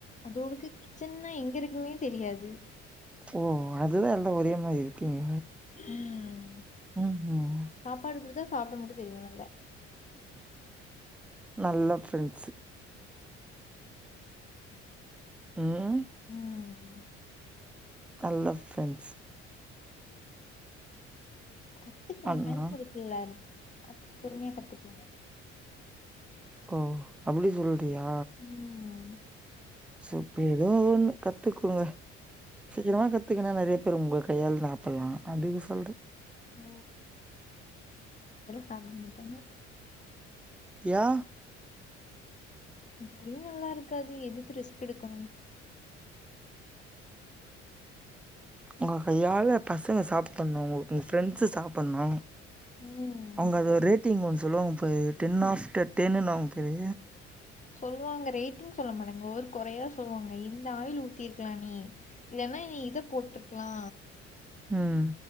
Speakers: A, on the left (about 20°); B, in the centre.
A: அதுவோளுக்கு கிச்சன்னா எங்க இருக்குன்னே தெரியாது
B: ஓ அதுதா எல்லா ஒரே மாரி இருக்கீங்க
A: ம் ம்
B: ம்ஹூம்
A: சாப்பாடு கொடுத்தா சாப்புட மட்டும் தெரியு நல்ல
B: நல்ல ஃப்ரண்ட்ஸ்ஸு ம்
A: ம்
B: நல்ல ஃப்ரண்ட்ஸ்
A: கத்துப்ப
B: ஆனா
A: டயம் இருக்குல பொறுமையா கத்துக்கலா
B: ஓ அப்டி சொல்றியா
A: ம்
B: சூப் ஏதோ ஒண்ணு கத்துக்கோங்க சீக்கிரமா கத்துக்கின்னா நறைய பேரு உங்க கையால சாப்ட்லா அதுக்கு சொல்ற
A: ஓ சாப்புட மாட்டாங்க
B: யா
A: எப்டியு நல்லா இருக்காது எதுக்கு ரிஸ்க் எடுக்கணு
B: உங்க கையால பசங்க சாப்புண்ணு உங்க ஃப்ரெண்ட்ஸீ சாப்புண்ணு
A: ம்
B: அவங்க அது ஒரு ரேட்டிங் வந்து சொல்லுவாங்க பாரு டென் ஆஃப்டர் டென்னுவாங்க பாரு
A: சொல்லுவாங்க ரேட்டிங் சொல்ல மாடங்க ஒரு குறையா சொல்லுவாங்க இந்த ஆயில் ஊத்திருக்கலா நீ இல்லன்னா நீ இத போட்ருக்கலா
B: ம்